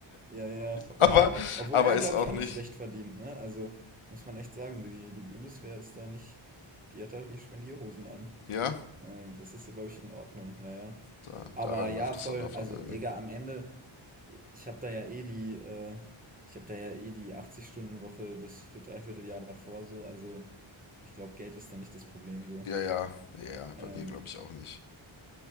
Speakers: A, on the right; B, on the left.
A: Ja, ja, ja, vo-
B: Aber,
A: ja. Obwohl
B: aber
A: er,
B: ist
A: glaube
B: auch
A: ich, auch
B: nicht.
A: nicht schlecht verdient, ne? Also muss man echt sagen, die, die Bundeswehr ist da nicht, die hat da die Spendierhosen an.
B: Ja?
A: Ähm, das ist, glaube ich, in Ordnung, ja, ja.
B: Da,
A: Aber
B: da rein
A: ja,
B: läuft das
A: voll,
B: Sondervermögen.
A: also, Digga, am Ende, ich habe da ja eh die, äh, ich habe da ja eh die 80-Stunden-Woche das für Dreivierteljahr davor so, also ich glaube, Geld ist da nicht das Problem so.
B: Ja, ja, ja, ja,
A: Ähm,
B: bei mir glaube ich auch nicht.